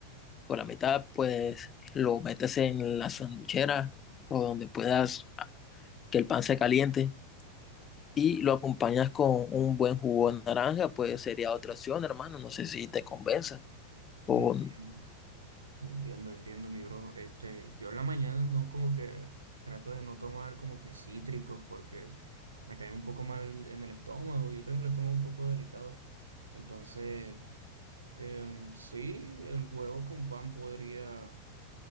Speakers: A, on the left (about 25°); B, on the right (about 75°).
A: por la mitad, pues lo metes en la sanduchera o donde puedas ah, que el pan se caliente y lo acompañas con un buen jugo de naranja, pues sería otra opción, hermano. No sé si te convenza.
B: Ya
A: O,
B: Entiendo, entiendo, entiendo, mi bro. Este, yo en la mañana no como que trato de no tomar como que cítricos porque me caen un poco mal en el estómago. Yo tengo el estómago un poco delicado. Entonces, Em, sí, el huevo con pan podría,